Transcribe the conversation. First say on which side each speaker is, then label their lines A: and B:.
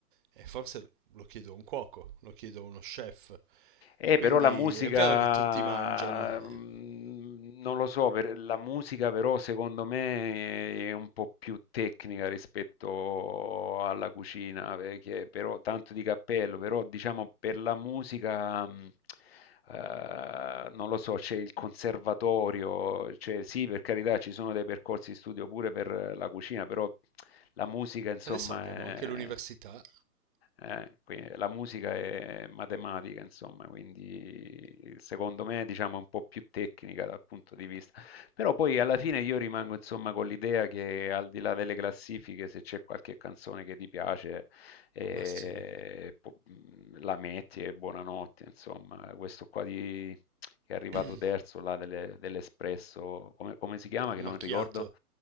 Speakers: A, on the right; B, on the left.
A: e forse lo chiedo a un cuoco, lo chiedo a uno chef.
B: Eh,
A: Quindi
B: però la musica,
A: è vero che tutti mangiano.
B: mm,
A: Eh,
B: non lo so, per- la musica però secondo me è un po' più tecnica rispetto alla cucina, perché però tanto di cappello, però diciamo per la musica, mm, eh, non lo so, c'è il conservatorio, cioè sì, per carità ci sono dei percorsi di studio pure per la cucina, però la musica insomma
A: Adesso abbiamo anche l'università,
B: è... Eh, qui- la musica è matematica, insomma, quindi secondo me, diciamo, è un po' più tecnica dal punto di vista. Però poi alla fine io rimango, insomma, con l'idea che al di là delle classifiche, se c'è qualche canzone che ti piace, eh,
A: ma sì,
B: po- la metti e buonanotte, insomma. Questo qua di- che è arrivato
A: <clears throat>
B: terzo, là, delle- dell'Espresso, come, come si chiama, che
A: macchiato,
B: non ricordo.